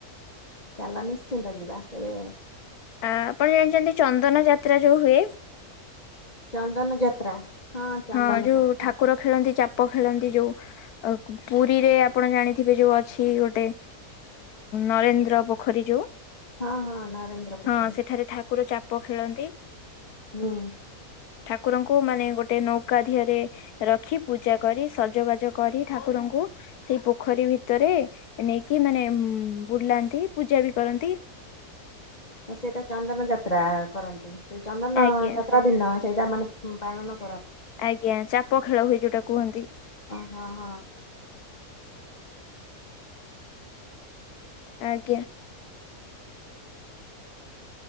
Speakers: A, on the left; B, on the left.
A: ଚାଲ ନିଶ୍ଚିନ୍ତ ଯିବା କେବେ?
B: ଆ ଆପଣ ଜାଣିଛନ୍ତି ଚନ୍ଦନ ଯାତ୍ରା ଯୋଉ ହୁଏ।
A: ଚନ୍ଦନ ଯାତ୍ରା। ଚନ୍ଦନ
B: ହଁ ଯୋଉ
A: ଯାତ୍ରା
B: ଠାକୁର ଖେଳନ୍ତି ଚାପ ଖେଳନ୍ତି ଯୋଉ, ପୁରୀରେ ଆପଣ ଜାଣିଥିବେ ଯୋଉ ଅଛି ଗୋଟେ ନରେନ୍ଦ୍ର ପୋଖରୀ ଯୋଉ
A: ହଁ ହଁ ନରେନ୍ଦ୍ର ପୋଖରୀ
B: ହଁ ସେଠାରେ ଠାକୁର ଚାପ ଖେଳନ୍ତି।
A: ମୁଁ
B: ଠାକୁରଙ୍କୁ ମାନେ ଗୋଟେ ଗୋଟେ ନୌକା ଦିହରେ ରଖି ପୂଜା କରି, ସଜବାଜ କରି, ଠାକୁରଙ୍କୁ ସେଇ ପୋଖରୀ ଭିତରେ ନେଇକି ମାନେ ବୁଲାନ୍ତି ପୂଜା ବି କରନ୍ତି
A: ଆ ସେଇଟା ଚନ୍ଦନ ଯାତ୍ରା କରନ୍ତି, ସେଇ ଚନ୍ଦନ
B: ଆଜ୍ଞା
A: ଯାତ୍ରା ଦିନ ସେଇଟା ମାନେ ପାଳଣ
B: ଆଜ୍ଞା, ଚାପ ଖେଳ ହୁଏ ଯୋଉଟା କୁହନ୍ତି।
A: ହଁ ହଁ ହଁ
B: ଆଜ୍ଞା